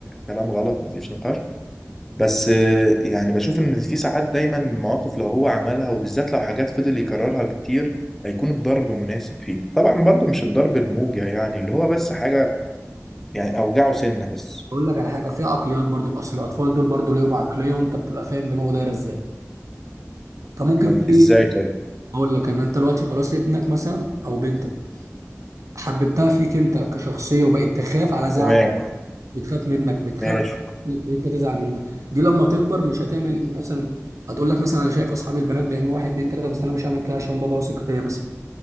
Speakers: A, in the centre; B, on the right.
A: كلام غلط مفيش نقاش بس آه، يعني بشوف ان في ساعات دايما مواقف لو هو عملها وبالذات لو حاجات فضل يكررها كتير هيكون الضرب مناسب فيه طبعا برضو مش الضرب الموجع يعني اللي هو بس حاجة يعني اوجعه سنة بس
B: أقول لك على حاجه في عقليات برضو الاصل الاطفال دول برضو ليهم عقليه وانت بتبقى فاهم دماغه دايره ازاي فممكن
A: م-
B: في
A: ازاي طيب
B: اقول لك ان انت دلوقتي خلاص ابنك مثلا او بنتك حببتها فيك انت كشخصيه وبقت تخاف على زعل
A: تمام
B: بتخاف منك بتخاف
A: ماشي
B: إنك انت تزعل منها دي لما تكبر مش هتعمل مثلا هتقول لك مثلا انا شايف اصحابي البنات بيعملوا واحد اتنين تلاته بس انا مش هعمل كده عشان بابا واثق فيا مثلا